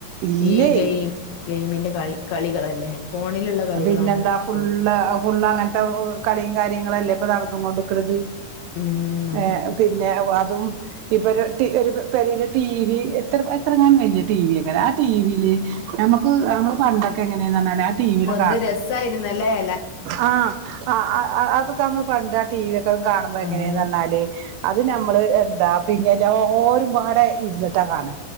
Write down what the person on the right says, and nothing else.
ഇല്ലേ
പിന്നെന്താ ഫുള്ള്
ഫുള്ള് അങ്ങനത്തെ കളിയും കാര്യങ്ങളല്ലേ ഇപ്പൊ നടന്നും കൊണ്ട്ക്കുന്നത്
ഏ പിന്നെ അ തും ഇപെരു രു ടീ ഒരു പെരെല് ട്ടീവി എത്രങ്ങാനും വല്യ ട്ടീവി ആ ടിവിയില് നമ്മക്ക് നമ്മള് പണ്ടൊക്കെ എങ്ങനെയെന്നറിഞ്ഞാൽ ആ ടിവിടെ
ആ ആ അ അ അതൊക്കെ നമ്മള് പണ്ട് ആ ടി വി ഒക്കെ കാണുമ്പോ എങ്ങനെയന്ന്
പറഞ്ഞാല് അത് ന നമ്മള് എന്താ പിന്നെ എല്ലാരും പാടെ ഇരുന്നിട്ടാ കാണ